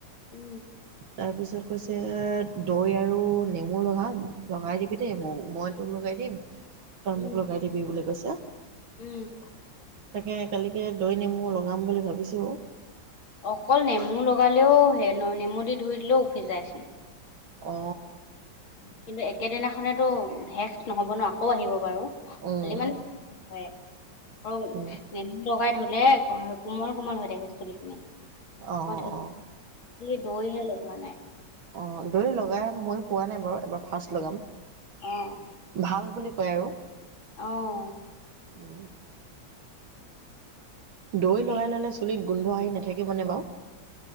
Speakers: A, on the left (about 80°); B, on the right (about 80°).
A: উম
B: তাৰপিছত কৈছে দৈ আৰু নেমু লগাম লগাই দিবি দেই মোক মই তোকলগত দিম তই
A: উম,
B: মোক লগাই দিবি বুলি কৈছে।
A: উম
B: তাকে কালিকে দৈ নেমু লগাম বুলি ভাবিছো।
A: অকল নেমু লগালেও হেনো নেমু দি ধুই দিলেও উফি যায়চোন।
B: অ
A: কিন্তু একেদিনাখনেতো শেষ নহব ন আকৌ আহিব বাৰু।
B: উম
A: খালি মানে <unintelligible> আৰু
B: উম
A: নেমু লগাই ধুলে কো-কোমল কোমল হৈ থাকে চুলিখিনি।
B: অহ
A: মই ধুই
B: অহ অহ।
A: খালি দৈহে লগোৱা নাই।
B: অ দৈ লগাই মই পোৱা নাই বাৰু এবাৰ ফাৰ্ষ্ট লগাম।
A: অহ
B: ভাল বুলি কয় আৰু।
A: অহ
B: উম দৈ লগাই
A: এই
B: ল'লে চুলিত গোন্ধ আহি নাথাকিবনে বাৰু?